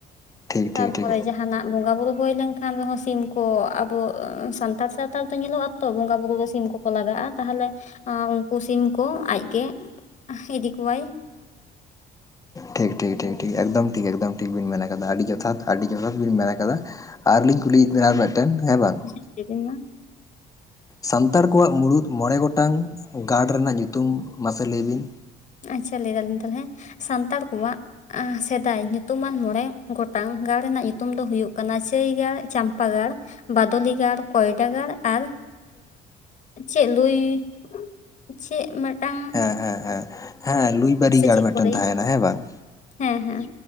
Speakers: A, on the left; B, on the left.
A: ᱴᱷᱤᱠ
B: <unintelligible> ᱛᱟᱨᱯᱚᱨᱮᱼᱼ
A: ᱴᱷᱤᱠ ᱴᱷᱤᱠ
B: ᱡᱟᱦᱟᱸ ᱡᱟᱦᱱᱟᱜ ᱵᱚᱸᱜᱟ ᱵᱩᱨᱩ ᱦᱳᱭ ᱞᱮᱱᱠᱷᱟᱱ ᱨᱮᱦᱚᱸ ᱥᱤᱢ ᱠᱚ ᱟᱵᱚ ᱥᱟᱱᱛᱟᱲ ᱥᱟᱶᱛᱟᱲ ᱫᱚ ᱧᱮᱞᱚᱜᱼᱟᱼᱼ ᱛᱚ ᱵᱚᱸᱜᱟ ᱵᱩᱨᱩ ᱫᱚ ᱥᱤᱢ ᱠᱚᱠᱚ ᱞᱟᱜᱟᱜᱼᱟ ᱛᱟᱦᱚᱞᱮ ᱩᱱᱠᱩ ᱥᱤᱢ ᱠᱚ ᱟᱡᱼᱼ ᱜᱮ <unintelligible> ᱤᱫᱤ ᱠᱚᱣᱟᱭ᱾
A: ᱴᱷᱤᱠ ᱴᱷᱤᱠ ᱴᱷᱤᱠ ᱴᱷᱤᱠ ᱮᱠᱫᱚᱢ ᱴᱷᱤᱠ ᱮᱠᱫᱚᱢ ᱴᱷᱤᱠ ᱵᱤᱱ ᱢᱮᱱ ᱠᱟᱫᱟ ᱟᱹᱰᱤ ᱡᱚᱛᱷᱟᱛ ᱟᱹᱰᱤ ᱡᱚᱛᱷᱟᱛ ᱵᱤᱱ ᱢᱮᱱ ᱠᱟᱫᱟ᱾ ᱟᱨᱞᱤᱧ ᱠᱩᱞᱤᱭᱮᱫ ᱵᱮᱱᱟ ᱟᱨ ᱢᱤᱫᱴᱮᱱ ᱦᱮᱸ ᱵᱟᱝᱼᱼ
B: ᱞᱟᱭ ᱞᱮᱵᱤᱱ ᱢᱟᱼᱼ
A: ᱥᱟᱱᱛᱟᱲ ᱠᱚᱣᱟᱜ ᱢᱩᱬᱩᱫ ᱢᱚᱬᱮ ᱜᱚᱴᱟᱝ ᱜᱟᱲ ᱨᱮᱱᱟᱜ ᱧᱩᱛᱩᱢ ᱢᱟᱥᱮ ᱞᱟᱹᱭ ᱵᱤᱱ?
B: ᱟᱪᱪᱷᱟ ᱞᱟᱹᱭ ᱮᱫᱟᱞᱤᱧ ᱛᱟᱦᱚᱞᱮ ᱥᱟᱱᱛᱟᱲ ᱠᱚᱣᱟᱜᱼᱼ ᱥᱮᱫᱟᱭ ᱧᱩᱛᱩᱢᱟᱱ ᱢᱚᱬᱮ ᱜᱚᱴᱟᱝ ᱜᱟᱲ ᱨᱮᱱᱟᱜ ᱧᱩᱛᱩᱢ ᱫᱚ ᱦᱩᱭᱩᱜ ᱠᱟᱱᱟ ᱪᱟᱹᱭᱜᱟᱲ, ᱪᱟᱢᱯᱟᱜᱟᱲᱼᱼ ᱵᱟᱫᱽᱞᱤ ᱜᱟᱲ, ᱠᱚᱭᱰᱟ ᱜᱟᱲ ᱟᱨ ᱪᱮᱫ <unintelligible> ᱼᱼ ᱪᱮᱫ ᱢᱤᱫᱴᱟᱝᱼᱼ
A: ᱦᱮᱸ ᱦᱮᱸ ᱦᱮᱸ ᱦᱮᱸ ᱞᱩᱭᱵᱟᱨᱤ ᱜᱟᱲ
B: ᱪᱮᱫ
A: ᱢᱤᱫᱴᱮᱱ
B: ᱠᱚ ᱞᱟᱹᱭᱟ
A: ᱛᱟᱦᱮᱱᱟ ᱦᱮᱸ ᱵᱟᱝᱼᱼ
B: ᱦᱮᱸ ᱦᱮᱸ